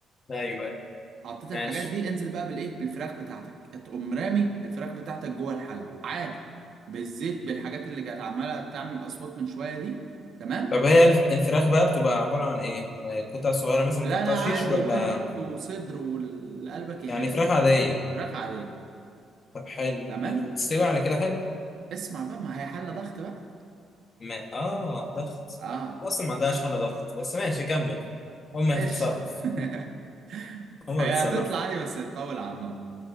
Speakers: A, on the left; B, on the right.
A: ايوه ايوه
B: حطيت الحاجات
A: ماشي
B: دي انزل بقى بالايه بالفراخ بتاعتك تقوم رامي الفراخ بتاعتك جوه الحله عادي بالزيت بالحاجات اللي كانت عماله تعمل اصوات من شويه دي تمام
A: طب هي الف- الفراخ بقى بتبقى عبارة عن ايه؟ آه، قطع صغيرة مثلا
B: لا
A: متقطعة
B: لا
A: شيش
B: عادي
A: ولا
B: ورك وصدر واللي قلبك يحب
A: يعني فراخ عادية؟
B: فراخ عاديه
A: طب حلو
B: تمام
A: ماشي بتستوي على كده حلو؟
B: اسمع بقى ما هي حله ضغط بقى
A: ما اه ضغط
B: اه
A: اصلا ما عندهاش حالة ضغط بس ماشي كمل هم هتتصرف
B: ايش <laughs>
A: <laughs> هم
B: هي
A: بيتصرفوا
B: هتطلع عادي بس تطول على النار